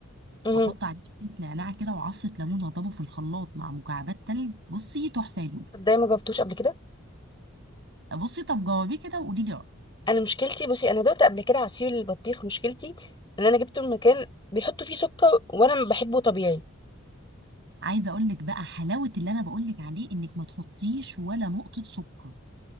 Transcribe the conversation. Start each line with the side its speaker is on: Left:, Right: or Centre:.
Left: مم.
Right: وأحط عليه شوية نعناع كده وعصة ليمون وأضربه في الخلاط مع مكعبات تلج بصي تحفة يا لولو
Left: طب ده ما جربتوش قبل كده
Right: بصي طب جربيه كده وقولي لي رأيك
Left: انا مشكلتي بصي انا دقت قبل كده عصير البطيخ مشكلتي ان انا جبته من مكان بيحطوا فيه سكر وانا بحبه طبيعي
Right: عايزة أقول لك بقى حلاوة اللي أنا بقول لك عليه إنك ما تحطيش ولا نقطة سكر